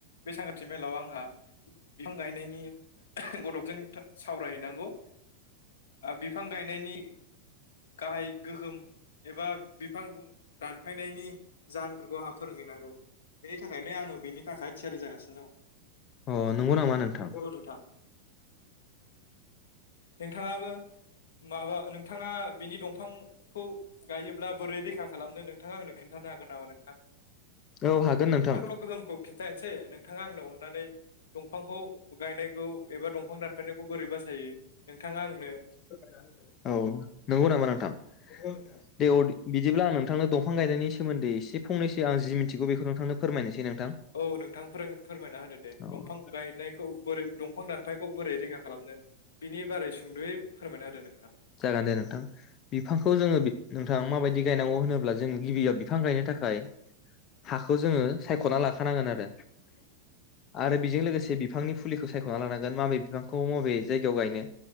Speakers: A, on the left (about 85°); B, on the left (about 35°).
A: बे सांगांथि मेलाव आंहा बिफां गायनायनि गथ' <unintelligible> सावराय हैनांगौ आ बिफां गायनायनि गाहाय गोहोम एबा बिफां दानफायनायनि जाहोनफोरखौ आंहा फोरोंहैनांगौ बेनि थाखायनो आङो बेनि थाखाय थियारि जागासिनो
B: अ नंगौ नामा नोंथां
A: दङ <unintelligible> नोंथाङाबो माबा नोंथाङा बिनि दंफांखौ गायोब्ला बोरै रैखा खालामनो नोंथाङा आंनो खोनथानो हागोन नामा नोंथां
B: औ हागोन नोंथां
A: आंथ' गोहोमखौ खिन्थानोसै नोंथाङा आंनो अननानै दंफांखौ गायनायखौ एबा दंफां दानफायनायखौ बोरै बासायो नोंथाङा आंनो
B: फोरमायना होदो औ नंगौ नामा नोंथां नंगौ नोंथां थ' बिदिब्ला आं नोंथांनो दंफां गायनायनि सोमोनदै एसे फंनैसो आं जि मि मिथिगौ बेखौ नोंथांनो फोरमायनोसै नोंथां
A: औ नोंथां फोरों फोरमायना होदो दे
B: औ
A: दंफां गायनायखौ बोरै दंफां दानफायखौ बोरै रैखा खालामनो बिनि बारै सुंद'यै फोरमायना होदो नोंथां
B: जागोन दे नोंथां बिफांखौ जोङो नोंथां माबायदि गायनांगौ होनोब्ला जों गिबियाव बिफां गायनो थाखाय हाखौ जोङो सायख'ना लाखानांगोन आरो आरो बेजों लोगोसे बिफांनि फुलिखौ सायख'ना लानांगोन माबे बिफांखौ माबे जायगायाव गायनो